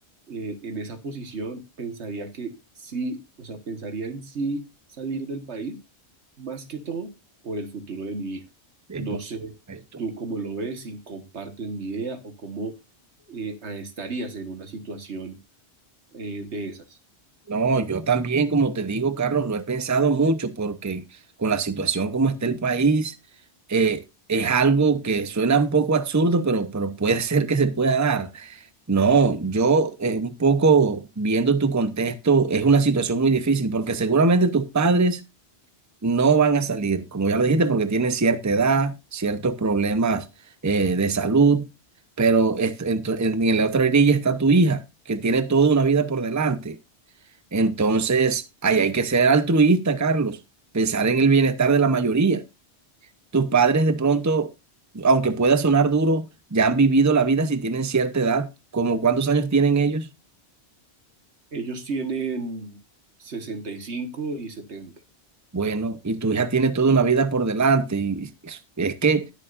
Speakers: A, on the right; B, on the right.
A: eh, en esa posición pensaría que sí, o sea, pensaría en sí salir del país, más que todo por el futuro de mi hija.
B: eh,
A: No
B: por-
A: sé
B: esto.
A: tú cómo lo ves, si compartes mi idea o cómo eh, ah, estarías en una situación eh, de esas.
B: No, yo también, como te digo, Carlos, lo he pensado mucho porque con la situación como está el país, eh, es algo que suena un poco absurdo, pero, pero puede <laughs> ser que se pueda dar. No, yo eh, un poco viendo tu contexto, es una situación muy difícil porque seguramente tus padres no van a salir, como ya lo dijiste, porque tienen cierta edad, ciertos problemas eh, de salud, pero est- en, tu- en en la otra orilla está tu hija, que tiene toda una vida por delante. Entonces, ahí hay que ser altruista, Carlos, pensar en el bienestar de la mayoría. Tus padres de pronto, aunque pueda sonar duro, ya han vivido la vida si tienen cierta edad, como cuántos años tienen ellos.
A: Ellos tienen sesenta y cinco y setenta
B: Bueno, y tu hija tiene toda una vida por delante. Y es es que